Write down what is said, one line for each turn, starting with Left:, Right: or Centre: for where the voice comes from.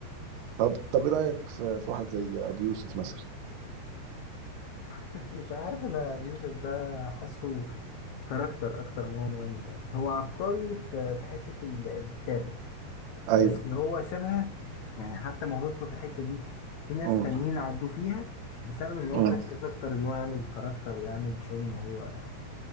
Right: طب طب ايه رايك في, في واحد زي ابو يوسف مثلا
Left: <laughs> مش عارف أنا يوسف ده حاسه كاركتر أكتر ما هو مغني يعني هو عبقري في في حتة ال- الكتابة
Right: ايوه
Left: بس هو سابها يعني حتى موهبته في الحتة دي في ناس
Right: امم
Left: تانيين عدوا فيها بسبب إن هو
Right: امم
Left: مركز أكتر إن هو يعمل كاركتر ويعمل شو إن هو